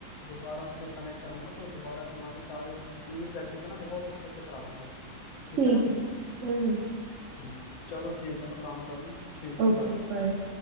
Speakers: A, on the left (about 65°); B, on the right (about 65°).
A: दोबारा से कनेक्ट करूंगा तो दोबारा तुम्हारी सारे जितनी भी प्रैक्टिस है ना बहुत अच्छे से करा दूंगा ठीक
B: ठीक
A: है ना
B: है हम्म
A: हाँ चलो ठीक है मैं काम कर लूँ ठीक है
B: Okay
A: बाय
B: bye